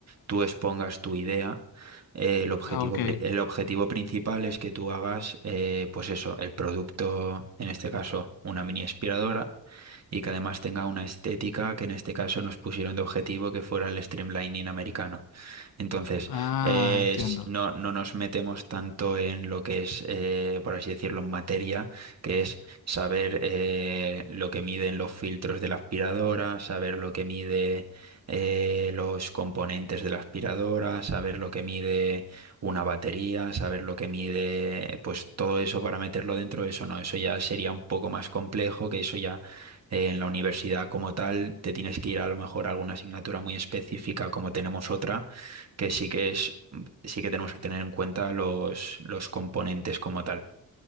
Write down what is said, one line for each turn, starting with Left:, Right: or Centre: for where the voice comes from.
Right: tú expongas tu idea. eh, el objetivo,
Left: Ah, ok.
Right: pri- el objetivo principal es que tú hagas, eh, pues eso, el producto, en este caso, una mini aspiradora, y que además tenga una estética que en este caso nos pusieron de objetivo que fuera el streamlining americano. Entonces,
Left: Ah,
Right: eh,
Left: entiendo.
Right: s- no, no nos metemos tanto en lo que es, eh, por así decirlo, en materia, que es saber eh, lo que miden los filtros de la aspiradora, saber lo que mide eh, los componentes de la aspiradora, saber lo que mide una batería, saber lo que mide, pues todo eso para meterlo dentro, eso no, eso ya sería un poco más complejo, que eso ya eh, en la universidad como tal te tienes que ir a lo mejor a alguna asignatura muy específica como tenemos otra, que sí que es, sí que tenemos que tener en cuenta los, los componentes como tal.